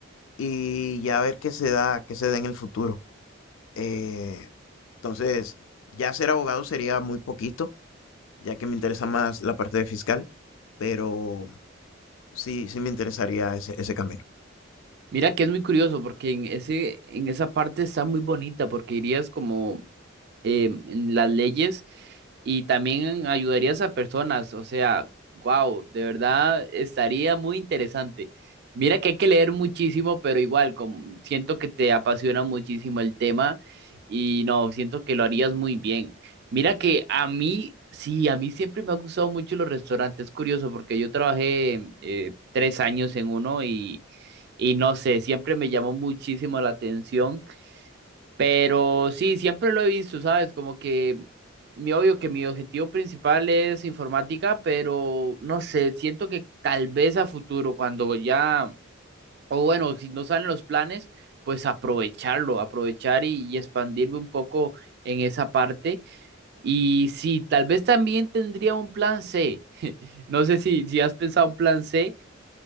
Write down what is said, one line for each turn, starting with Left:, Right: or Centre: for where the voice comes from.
Left: y ya ver qué se da, qué se da en el futuro. Eh, entonces, ya ser abogado sería muy poquito, ya que me interesa más la parte de fiscal, pero sí, sí me interesaría ese, ese camino.
Right: Mira que es muy curioso porque en ese, en esa parte está muy bonita porque irías como em, en las leyes y también ayudarías a personas, o sea, wow, de verdad estaría muy interesante. Mira que hay que leer muchísimo, pero igual, como, siento que te apasiona muchísimo el tema y no, siento que lo harías muy bien. Mira que a mí, sí, a mí siempre me han gustado mucho los restaurantes, es curioso, porque yo trabajé eh, tres años en uno y, y no sé, siempre me llamó muchísimo la atención. Pero sí, siempre lo he visto, ¿sabes? Como que mi obvio que mi objetivo principal es informática, pero no sé, siento que tal vez a futuro, cuando ya, o bueno, si no salen los planes, pues aprovecharlo, aprovechar y, y expandirme un poco en esa parte. Y sí, tal vez también tendría un plan C. <laughs> No sé si, si has pensado un plan C